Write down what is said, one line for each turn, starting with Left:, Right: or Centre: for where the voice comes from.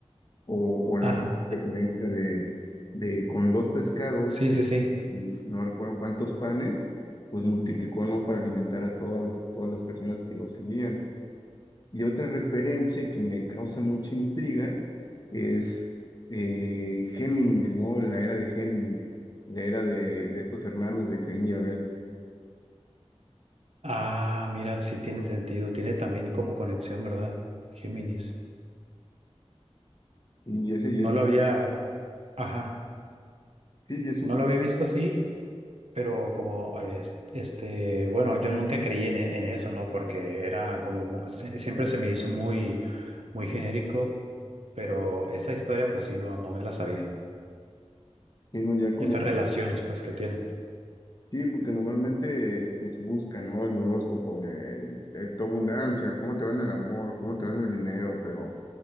Left: o, o la
Right: ajá.
Left: referencia de, de con dos pescados
Right: Sí, sí, sí.
Left: uf, no recuerdo cuántos panes, pues multiplicó, ¿no? Para alimentar a todas todas las personas que lo seguían. Y otra referencia que me causa mucha intriga es eh, Géminis, ¿no? La era de Géminis, la era de, de estos hermanos de Caín y Abel.
Right: Ah, mira, sí tiene sentido, tiene también como conexión, ¿verdad? Géminis.
Left: Y ese, y
Right: No
Left: ese-
Right: lo había. Ajá.
Left: sí, y es
Right: No
Left: un, co-
Right: lo había visto así, pero como eh, es- este, bueno, yo nunca creí en, e- en eso, ¿no? Porque era como, mu- se- siempre se me hizo muy, muy genérico, pero esa historia, pues sí, no, no me la sabía.
Left: sino ya como
Right: Esas relaciones, pues, que tienen.
Left: Sí, porque normalmente pues buscan, ¿no? El horóscopo de, de tu abundancia, cómo te va en el amor, cómo te va en el dinero, pero